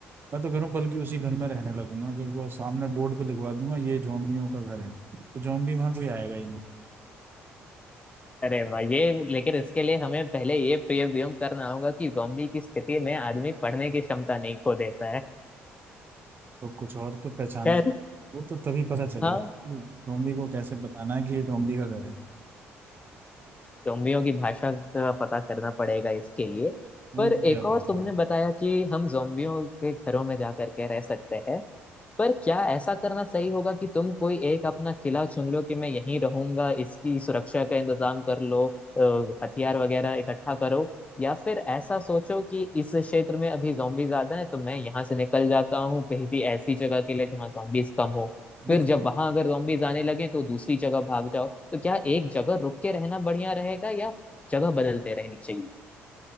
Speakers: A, on the right (about 40°); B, on the left (about 25°).
A: मैं तो करूँ बल्कि उसी घर में रहने लगूंगा क्योंकि वो सामने बोर्ड पे लिखवा दूंगा ये जोम्बियों का घर है तो जोम्बी वहां कोई आएगा ही
B: अरे भाई ये लेकिन इसके लिए हमें पहले ये प्रिज्यूम करना होगा कि zombie की स्थिति में आदमी पढ़ने की क्षमता नहीं खो देता है
A: तो कुछ और तो पहचान
B: खैर
A: वो तो तभी पता चलेगा
B: हाँ
A: कि जोम्बी को कैसे बताना है कि ये जोम्बी का घर है
B: जोम्बियों की भाषा का पता करना पड़ेगा इसके लिए
A: उनकी
B: पर एक
A: क्या
B: और
A: बात
B: तुमने
A: है
B: बताया कि हम जोम्बियों के घरों में जा करके रह सकते हैं पर क्या ऐसा करना सही होगा कि तुम कोई एक अपना किला चुन लो कि मैं यहीं रहूंगा इसकी सुरक्षा का इंतजाम कर लो अ, हथियार वगैरह इकट्ठा करो या फिर ऐसा सोचो कि इस क्षेत्र में अभी जॉम्बी ज्यादा है तो मैं यहाँ से निकल जाता हूँ कहीं भी ऐसी जगह के लिए जहाँ जॉम्बीज कम हो
A: देखो
B: फिर जब वहां अगर zombies आने लगे तो दूसरी जगह भाग जाओ तो क्या एक जगह रुक के रहना बढ़िया रहेगा या जगह बदलते रहनी चाहिए